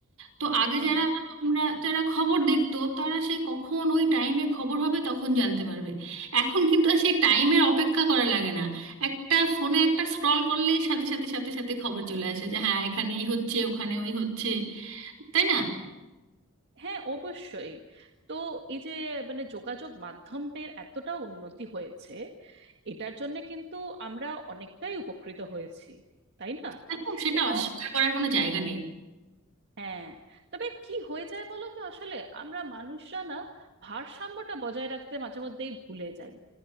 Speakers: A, on the right; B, on the right.
A: তো আগে
B: হুম
A: যারা ধরো আমরা যারা খবর দেখতো তারা সেই কখন ওই টাইমে খবর হবে তখন জানতে পারবে এখন কিন্তু আর সেই টাইমের অপেক্ষা করা লাগে না একটা ফোনে একটা স্ক্রল করলেই সাথে সাথে সাথে সাথে খবর চলে আসে যে হ্যাঁ এখানে এই হচ্ছে ওখানে ওই হচ্ছে তাই না
B: হ্যাঁ অবশ্যই তো এই যে মানে যোগাযোগ মাধ্যমটির এতটা উন্নতি হয়েছে এটার জন্য কিন্তু আমরা অনেকটাই উপকৃত হয়েছি তাই না
A: সেটা সেটা
B: এবং
A: অস্বীকার করার কোনো জায়গা নেই
B: হ্যাঁ তবে কি হয়ে যায় বলো তো আসলে আমরা মানুষরা না ভারসাম্যটা বজায় রাখতে মাঝে মধ্যেই ভুলে যাই